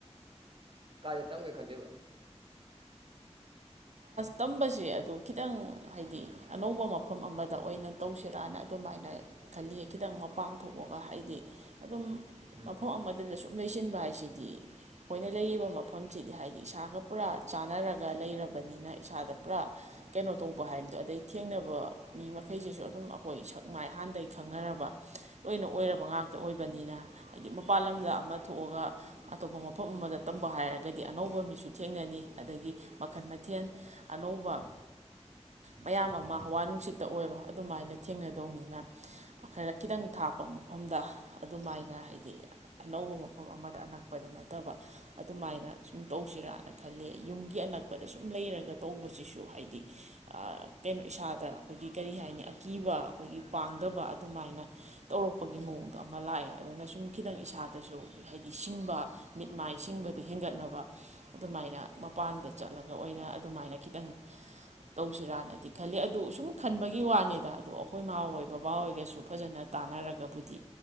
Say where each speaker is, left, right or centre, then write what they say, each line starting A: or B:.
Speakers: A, on the right (about 50°); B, on the right (about 80°).
A: ꯀꯥꯥꯁꯦ ꯇꯝꯒꯦ ꯈꯜꯂꯤꯕ
B: ꯇꯝꯕꯁꯦ ꯑꯗꯨ ꯈꯤꯇꯪ ꯍꯥꯏꯗꯤ ꯑꯅꯧꯕ ꯃꯐꯝ ꯑꯃꯗ ꯑꯣꯏꯅ ꯇꯧꯁꯤꯔꯥꯅ ꯑꯗꯨꯃꯥꯏꯅ ꯈꯜꯂꯤ ꯈꯤꯇꯪ ꯃꯄꯥꯟ ꯊꯣꯛꯑꯒ ꯍꯥꯏꯗꯤ ꯑꯗꯨꯝ
A: ꯎꯝ
B: ꯃꯐꯝ ꯑꯃꯗꯗꯁꯨ ꯂꯩꯁꯤꯟꯕ ꯍꯥꯏꯁꯤꯗꯤ ꯑꯩꯈꯣꯏꯅ ꯂꯩꯔꯤꯕ ꯃꯐꯝꯁꯤꯗꯤ ꯍꯥꯏꯗꯤ ꯏꯁꯥꯒ ꯄꯨꯔꯥ ꯆꯥꯟꯅꯔꯒ ꯂꯩꯔꯕ ꯕꯅꯤꯅ ꯏꯁꯥꯗ ꯄꯨꯔꯥ ꯀꯩꯅꯣ ꯇꯧꯕ ꯍꯥꯏꯕꯗꯣ ꯑꯗꯩ ꯊꯦꯡꯅꯕ ꯃꯤ ꯃꯈꯩꯁꯤꯁꯨ ꯑꯗꯨꯝ ꯑꯩꯈꯣꯏ ꯁꯛ ꯃꯥꯏ ꯍꯥꯟꯗꯒꯤꯩ ꯈꯪꯅꯔꯕ ꯂꯣꯏꯅ ꯑꯣꯏꯔꯕ ꯉꯥꯛꯇ ꯑꯣꯏꯕꯅꯤꯅ ꯍꯥꯏꯗꯤ ꯃꯄꯥꯟ ꯂꯝꯗ ꯑꯃ ꯊꯣꯛꯑꯒ ꯑꯇꯣꯞꯄ ꯃꯐꯝ ꯑꯃꯗ ꯇꯝꯕ ꯍꯥꯏꯔꯒꯗꯤ ꯑꯅꯧꯕ ꯃꯤꯁꯨ ꯊꯦꯡꯅꯅꯤ ꯑꯗꯒꯤ ꯃꯈꯟ ꯏꯊꯦꯟ ꯑꯅꯧꯕ ꯃꯌꯥꯝ ꯑꯃ ꯍꯋꯥ ꯅꯨꯡꯁꯤꯠꯇ ꯑꯣꯏꯔꯣ ꯑꯗꯨꯃꯥꯏꯅ ꯊꯦꯡꯅꯗꯧꯅꯤꯅ ꯈꯔ ꯈꯤꯇꯪ ꯊꯥꯛꯄ ꯃꯐꯝꯗ ꯑꯗꯨꯃꯥꯏꯅ ꯍꯥꯏꯗꯤ ꯑꯅꯧꯕ ꯃꯐꯝ ꯑꯃꯗ ꯑꯅꯛꯄꯗ ꯅꯠꯇꯕ ꯑꯗꯨꯃꯥꯏꯅ ꯁꯨꯝ ꯇꯧꯁꯤꯔꯥꯅ ꯈꯜꯂꯤ ꯌꯨꯝꯒꯤ ꯑꯅꯛꯄꯗ ꯗ ꯁꯨꯝ ꯂꯩꯔꯒ ꯇꯧꯕꯁꯤꯁꯨ ꯍꯥꯏꯗꯤ ꯀꯩꯅꯣ ꯏꯁꯥꯗ ꯑꯩꯈꯣꯏꯒꯤ ꯀꯔꯤ ꯍꯥꯏꯅꯤ ꯑꯀꯤꯕ ꯑꯩꯈꯣꯏꯒꯤ ꯄꯥꯡꯗꯕ ꯑꯗꯨꯃꯥꯏꯅ ꯇꯧꯔꯛꯄꯒꯤ ꯃꯑꯣꯡꯗꯣ ꯑꯃ ꯂꯥꯛꯑꯦ ꯑꯗꯨꯅ ꯁꯨꯝ ꯈꯤꯇꯪ ꯏꯁꯥꯗꯁꯨ ꯍꯥꯏꯗꯤ ꯁꯤꯡꯕ ꯃꯤꯠ ꯃꯥꯏ ꯁꯤꯡꯕꯗꯣ ꯍꯦꯟꯒꯠꯅꯕ ꯑꯗꯨꯃꯥꯏꯅ ꯃꯄꯥꯟꯗ ꯆꯠꯂꯒ ꯑꯣꯏꯅ ꯑꯗꯨꯃꯥꯏꯅ ꯈꯤꯇꯪ ꯇꯧꯁꯤꯔꯥꯅꯗꯤ ꯈꯜꯂꯤ ꯑꯗꯨ ꯁꯨꯝ ꯈꯟꯕꯒꯤ ꯋꯥꯅꯤꯗ ꯑꯗꯣ ꯑꯩꯈꯣꯏ ꯏ ꯃꯥꯥꯍꯣꯏ ꯕꯕꯥꯍꯣꯏꯒꯁꯨ ꯐꯖꯅ ꯇꯥꯟꯅꯔꯒꯕꯨꯗꯤ